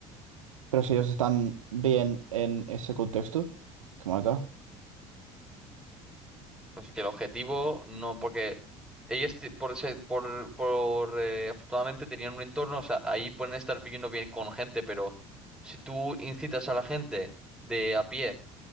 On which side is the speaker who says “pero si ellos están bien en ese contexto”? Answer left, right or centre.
Right